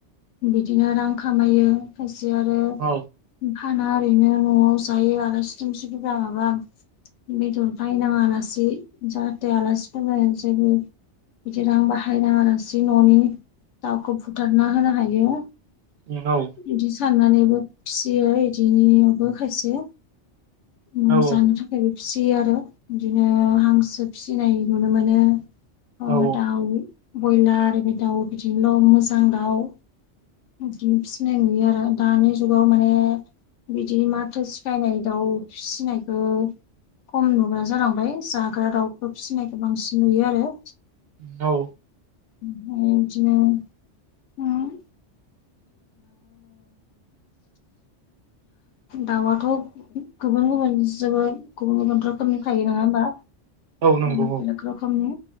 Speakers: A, on the left; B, on the right.
A: बिदिनो रां खामायो खायसे आरो
B: औ
A: फाना ओरैनो न'आव जायो आलासि दुमसि फैबा माबा बेदर बायनाङा लासि जाहाथे आलासिफोरनो जेबो बिदि रां बाहायनाङालासि न'नि दावखौ बुथारना होनो हायो।
B: <unintelligible>
A: इदि साननानैबो फिसियो इदिनिबो खायसे उम
B: औ
A: जानो थाखायबो फिसियो आरो बिदिनो हांसो फिसिनाय नुनो मोनो अ
B: औ
A: दाउ बयलार बाय दाउ बिदिनल' मोजां दाउ इदिनो फिसिनाय नुयो आरो दानि जुगाव माने बिदि माथो सिखायनाय दाउ फिसिनायखो खम नुग्रा जालांबाय जाग्रा दाउखो फिसिनायखो बांसिन नुयो आरो।
B: नौ
A: उम दिनाव <unintelligible> दाउआथ' गुबुन गुबुन जोबोद गुबुन गुबुन रोखोमनि थायो नोङा होनबा?
B: औ नंगौ
A: बेलेक
B: औ
A: बेलेक रोखोमनि